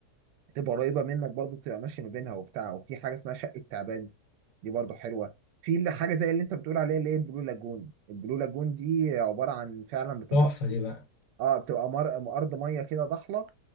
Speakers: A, on the right; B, on the left.
A: تبقى قريبه منك برضو تبقى ماشي ما بينها وبتاع وفي حاجه اسمها شقه تعبان دي برضو حلوه في اللي حاجه زي اللي انت بتقول عليها اللي هي البلو لاجون البلو لاجون دي عباره عن فعلا بتبقى
B: تحفه دي بقى
A: اه بتبقى مر... ارض ميه كده ضحله